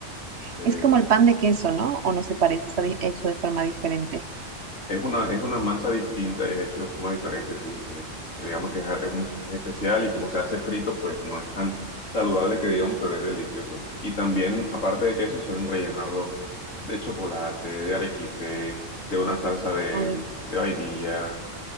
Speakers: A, on the left (about 75°); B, on the right (about 55°).
A: Eh,
B: Es como el pan de queso, ¿no? ¿O no se parece? Está di- hecho de forma diferente.
A: Es una, es una masa distinta, es hecho de forma diferente, sí. Es, digamos que es, es un- es especial y como se hace frito, pues no es tan saludable que digamos, pero es delicioso. Y también, aparte de queso, suelen rellenarlo de chocolate, de arequipe, de una salsa de,
B: Ay,
A: de vainilla.